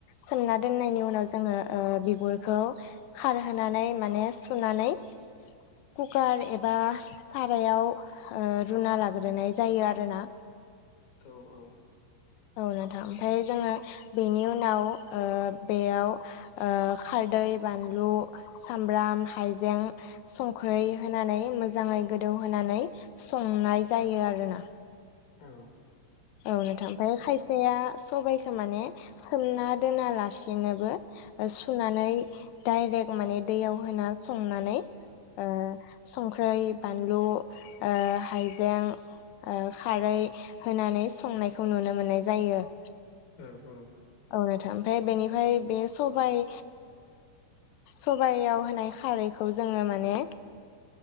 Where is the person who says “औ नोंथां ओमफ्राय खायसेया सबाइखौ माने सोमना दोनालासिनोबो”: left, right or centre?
Left